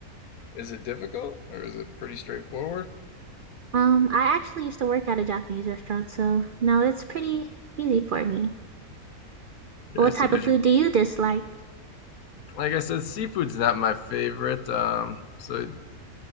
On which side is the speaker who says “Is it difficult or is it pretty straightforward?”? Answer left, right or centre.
Left